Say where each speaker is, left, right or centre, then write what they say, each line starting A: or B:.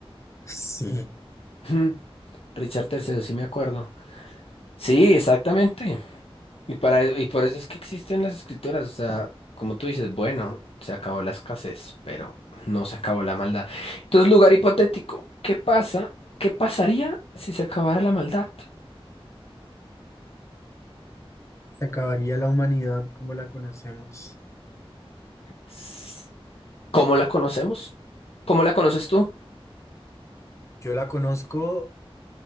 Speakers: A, on the left; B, on the left.
A: Sí.
B: Ujú, Richard Tercero, sí me acuerdo. Sí, exactamente. Y para, e- y por eso es que existen las escritoras, o sea, como tú dices, bueno, se acabó la escasez, pero no se acabó la maldad. Entonces, lugar hipotético, ¿qué pasa? ¿Qué pasaría si se acabara la maldad?
A: Se acabaría la humanidad como la conocemos.
B: S- ¿Cómo la conocemos? ¿Cómo la conoces tú?
A: Yo la conozco